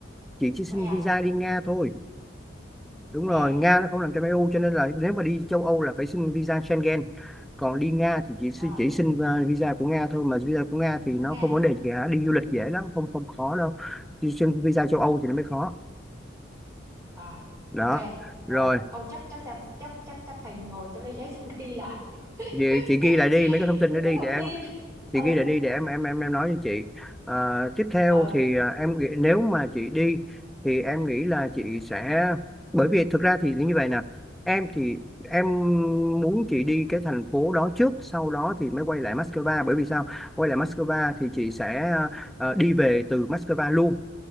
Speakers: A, in the centre; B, on the right.
A: chị chỉ xin
B: vậy à
A: visa đi Nga thôi đúng
B: vậy
A: rồi
B: à
A: Nga nó không nằm trong EU cho nên là nếu mà đi châu Âu là phải xin visa Schengen còn đi Nga thì chị
B: à
A: chỉ xin uh, visa của Nga thôi mà visa của Nga thì
B: của
A: nó
B: Nga
A: không vấn đề gì cả đi du lịch dễ lắm không không khó đâu đi xin visa châu Âu
B: Ừ,
A: thì nó mới khó
B: à
A: đó
B: ok rồi
A: rồi
B: ô chắc chắc ta chắc chắc ta phải ngồi tao lấy giấy tao ghi lại
A: vậy chị
B: <laughs>
A: ghi lại đi mấy cái thông tin
B: những
A: đó đi
B: cái thông
A: để em
B: tin ừ
A: chị ghi lại đi để em em em em nói cho chị Ờ, tiếp theo
B: ừ
A: thì à, em nghĩ nếu mà chị đi thì em nghĩ là chị sẽ bởi vì thực ra thì như vậy nè em thì em muốn chị đi cái thành phố đó trước sau đó thì mới quay lại Moscow bởi vì sao quay lại Moscow thì chị sẽ ờ, ờ, đi về từ Moscow luôn